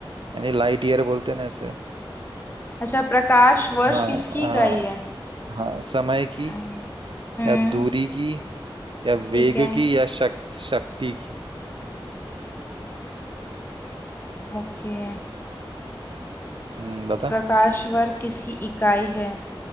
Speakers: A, on the right (about 65°); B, on the left (about 25°).
A: यानी लाइट ईयर बोलते हैं ना इसे
B: अच्छा प्रकाश
A: स-
B: वर्ष
A: हाँ
B: किसकी
A: हाँ
B: इकाई है
A: हाँ समय की
B: हम्म हम्म,
A: या दूरी की या वेग
B: ठीक है
A: की या शक्ति शक्ति की
B: ओके
A: हम्म बता
B: प्रकाश वर्ष किसकी इकाई है